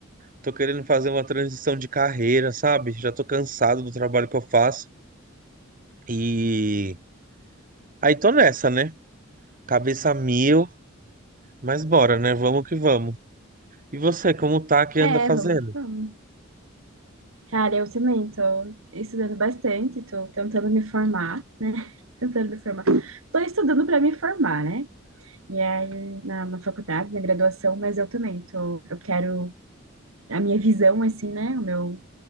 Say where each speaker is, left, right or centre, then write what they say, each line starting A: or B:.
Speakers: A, on the right; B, on the right.
A: Tô querendo fazer uma transição de carreira, sabe? Já tô cansado do trabalho que eu faço. E aí tô nessa, né? Cabeça a mil, mas bora, né? Vamos que vamos. E você, como tá, que
B: É,
A: anda fazendo?
B: vamos que vamos. Cara, eu também tô estudando bastante, tô tentando me formar, né? <laughs> Tentando me formar. Tô estudando para me formar, né? E aí, na, na faculdade, na graduação, mas eu também tô, eu quero, a minha visão, assim, né? O meu,